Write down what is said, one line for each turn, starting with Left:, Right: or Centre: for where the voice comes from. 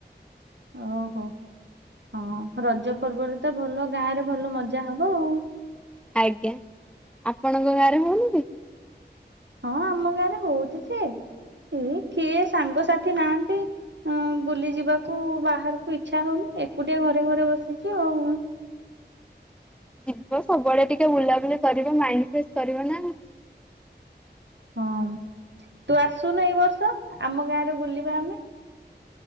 Right: ଓହୋ! ହଁ, ରଜ ପର୍ବରେ ତ ଭଲ ଗାଁ ରେ ଭଲ ମଜା ହବ ଆଉ।
Centre: ଆଜ୍ଞା, ଆପଣଙ୍କ ଗାଁରେ ହଉନି କି?
Right: ହଁ, ଆମ ଗାଁ ରେ ହଉଛି ଯେ। ସେ କିଏ ସାଙ୍ଗସାଥି ନାହାନ୍ତି। ବୁଲି ଯିବାକୁ ବାହାରକୁ ଇଛା ହଉନି ଏକୁଟିଆ ଘରେ ଘରେ ବସିଛି ଆଉ।
Centre: ଯିବ ସବୁଆଡେ ଟିକେ ବୁଲାବୁଲି କରିବ ମାଇଣ୍ଡ ଫ୍ରେଶ କରିବ ନା ଆଉ?
Right: ହଁ, ତୁ ଆସୁନୁ ଏଇ ବର୍ଷ ଆମ ଗାଁରେ ବୁଲିବା ଆମେ।